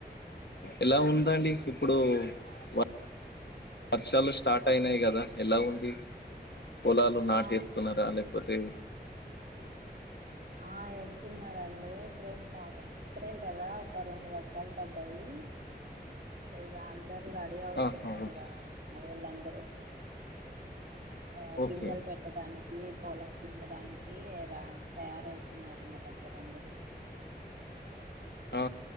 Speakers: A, on the left (about 75°); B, on the right (about 55°).
A: ఎలా ఉందండి ఇప్పుడు వ వర్షాలు స్టార్ట్ అయినాయి కదా ఎలా ఉంది పొలాలు నాటేస్తున్నారా
B: ఆ
A: లేకపోతే
B: ఆ వేస్తున్నారండి ఇప్పుడు ఇప్పుడేమి కదా ఒక రెండు వర్షాలు పడ్డాయి ఇగ అ అందరు రేడీ అవుతున్నారు
A: ఆహా ఓకే
B: రా మావోళ్ళందరూ ఆ గింజలు
A: ఓకే
B: పెట్టడానికి పొలం దున్నడానికి ఇగ తయారవుతున్నారు మా దగ్గర అందరూ
A: ఆ